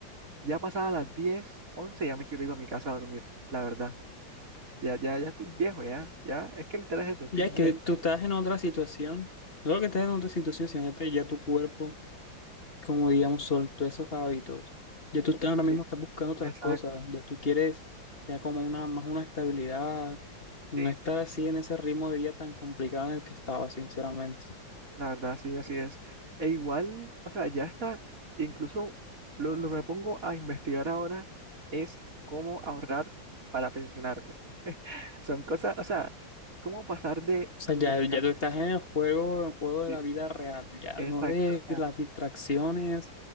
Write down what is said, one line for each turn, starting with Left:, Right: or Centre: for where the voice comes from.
Right: Ya pasadas las 10 11 ya me quiero ir a mi casa a dormir, la verdad. Ya, ya, ya estoy viejo, ya, ya. Es que literal es eso, estoy
Left: Ya
Right: viejo.
Left: es que tú estás en otra situación. No lo que estás en otra situación, sino que ya tu cuerpo. como digamos, soltó esos hábitos. Ya tú estás- ahora mismo
Right: Sí,
Left: estás buscando otras
Right: exacto,
Left: cosas, ya tú quieres ya como una, más una estabilidad, no
Right: sí,
Left: estar así en ese ritmo de vida tan complicado en el que estaba, sinceramente.
Right: la verdad, sí, así es. E igual, o sea, ya está, incluso lo, lo que me pongo a investigar ahora es cómo ahorrar para pensionarme. <laughs> Son cosas, o sea, cómo pasar de
Left: O sea, ya,
Right: buscar,
Left: ya tú estás en el juego, en el juego de
Right: sí,
Left: la vida real, ya
Right: exacto,
Left: no de
Right: o sea,
Left: las distracciones,